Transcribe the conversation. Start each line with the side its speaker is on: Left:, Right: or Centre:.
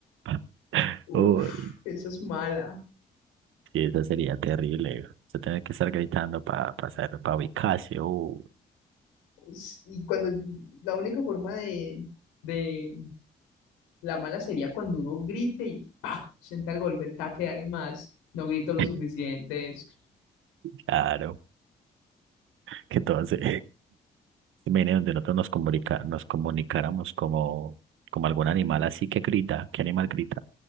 Right: <laughs>
Left: Uf,
Right: Uy,
Left: eso es mala.
Right: sí, eso sería terrible. Se tener que estar gritando para pasar, para ubicarse. Uy,
Left: Pues, Y cuando la única forma de, de la mala sería cuando uno grite y ¡pa! sienta el golpe, el taque de alguien más. No grito lo
Right: <laughs>
Left: suficiente. es-
Right: claro, que todo se, Viene donde nosotros nos comunica, nos comunicáramos como, como algún animal así que grita. ¿Qué animal grita?